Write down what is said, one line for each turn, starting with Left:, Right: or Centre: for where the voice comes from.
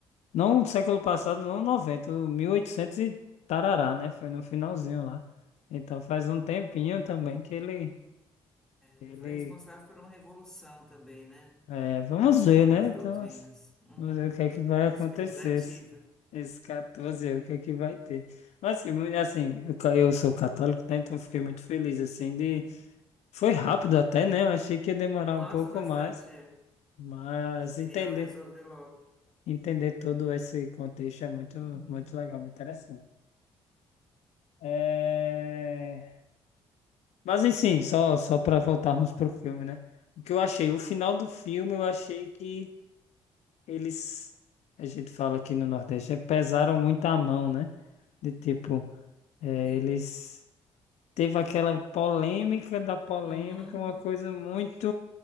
Left: Não século passado, não 90 o 1800 e oitocentos e tarará, né? Foi no finalzinho lá. Então faz um tempinho também que ele. ele
Centre: Ele foi responsável por uma revolução também, né?
Left: é, vamos ver, né?
Centre: Nas
Left: Então,
Centre: doutrinas.
Left: as-
Centre: Uhum.
Left: vamos ver o que é que
Centre: <laughs>
Left: vai
Centre: expectativa.
Left: acontecer. Esse, esse 14, aí, o que é que vai ter. Mas assim, mu- assim, eu, ca- eu sou católico, né? Então eu fiquei muito feliz, assim,
Centre: Uhum.
Left: de Foi rápido até, né? Eu achei que ia demorar
Centre: Nossa,
Left: um pouco
Centre: bastante,
Left: mais,
Centre: é.
Left: mas
Centre: Eles queriam
Left: entender,
Centre: resolver logo.
Left: entender todo esse contexto é muito,
Centre: Uhum.
Left: muito legal, muito interessante. É... Mas enfim, só, só para voltarmos pro filme, né? O que eu achei, o final do filme, eu achei que eles, a gente fala aqui no Nordeste, é, pesaram muito a mão, né? De tipo, é,
Centre: Sim.
Left: eles teve aquela polêmica da polêmica,
Centre: Uhum.
Left: uma coisa muito,